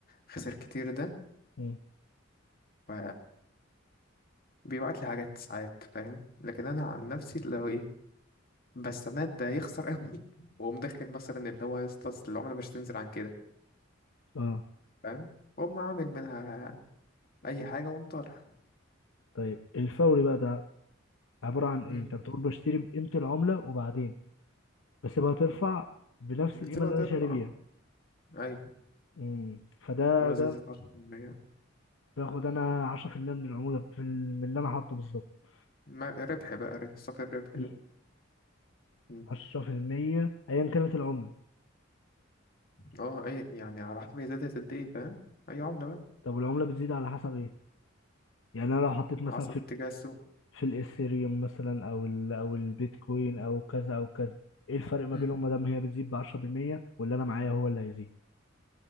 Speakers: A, on the left; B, on the left.
A: خسر كتير ده
B: مم.
A: ف بيبعت لي حاجات ساعات فاهم لكن أنا عن نفسي اللي هو إيه بس سند ده هيخسر قوي <laughs> وقوم داخل مثلا اللي هو يسطس العملة مش تنزل عن كده
B: اه
A: فاهم وقوم عامل منها أي حاجة وقوم طالع
B: طيب الفوري بقى ده عبارة عن ايه
A: مم.
B: انت بتقول بشتري بقيمة العملة وبعدين بسيبها ترفع بنفس
A: بتسيبها
B: القيمة اللي
A: ترفع
B: انا شاري بيها
A: أيوة
B: امم فده
A: عملة زادت
B: ده
A: عشرة في المية
B: باخد انا 10% من العمولة في ال- من اللي انا حاطه بالظبط
A: ما ربح بقى ر- صافي الربح
B: مم.
A: ده مم.
B: 10% ايا كانت العملة
A: اه أي يعني على حسب هي زادت قد إيه فاهم أي عملة بقى
B: طب والعملة بتزيد على حسب ايه يعني انا لو حطيت مثلا
A: على حسب
B: في
A: اتجاه السوق
B: في الاثيريوم مثلا او ال او البيتكوين او كذا او كذا ايه الفرق ما
A: مم.
B: بينهم ما دام هي بتزيد ب 10% واللي انا معايا هو اللي هيزيد